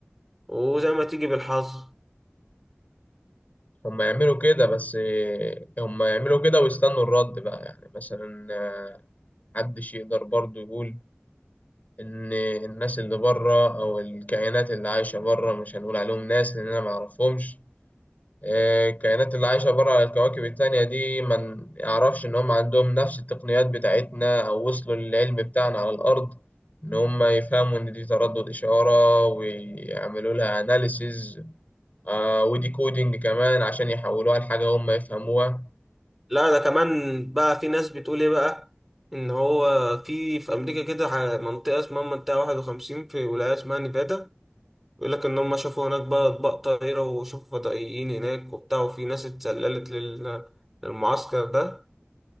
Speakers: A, in the centre; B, on the left (about 40°).
A: وزي ما تيجي بالحظ
B: هم يعملوا كده بس إيه، هم يعملوا كده ويستنوا الرد بقى يعني مثلا آه، محدش يقدر برضو يقول إن الناس اللي بره أو الكائنات اللي عايشة بره مش هنقول عليهم ناس لأن أنا معرفهمش الكائنات اللي عايشة بره على الكواكب التانية دي ما يعرفش إن هم عندهم نفس التقنيات بتاعتنا أو وصلوا للعلم بتاعنا على الأرض إن هم يفهموا إن دي تردد إشارة ويعملوا لها أناليسيز ودي كودينج كمان عشان يحولوها لحاجة هم يفهموها
A: لا ده كمان بقى في ناس بتقول ايه بقى ان هو في في امريكا كده ح- منطقه اسمها منطقه 51 في ولايه اسمها نيفادا بيقول لك ان هم شافوا هناك بقى اطباق طايره وشافوا فضائيين هناك وبتاع وفي ناس اتسللت لل- للمعسكر ده